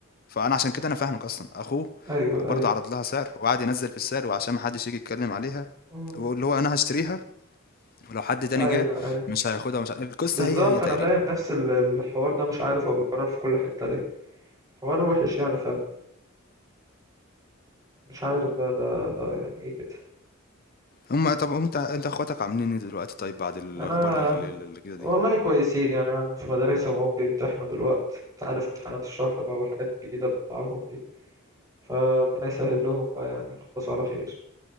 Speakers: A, on the left (about 45°); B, on the right (about 20°).
A: فانا عشان كده انا فاهمك اصلا اخوه
B: ايوه
A: برضه
B: ايوه
A: عرض لها سعر وقعد ينزل في السعر وعشان ما حدش يجي يتكلم عليها
B: مم.
A: واللي هو انا هشتريها ولو حد تاني
B: ايوه
A: جه
B: ايوه
A: مش هياخدها مش ه... القصه
B: بالظبط
A: هي هي تقريبا
B: انا فاهم نفس ال- الحوار ده مش عارف هو بيتكرر في كل حتة ليه حوار وحش يعني فاهم مش عارف بقى ده ده يعني ايه كده
A: هم طب انت انت اخواتك عاملين ايه دلوقتي طيب بعد الاخبار
B: انا
A: ال- ال- اللي كده
B: والله
A: دي
B: كويسين يعني عن في مدارسهم وهم بيمتحنوا دلوقتي انت عارف امتحانات الشهر بقى والحاجات الجديده اللي طالعه لهم دي فربنا يسهل لهم بقى يعني يخلصوا على خير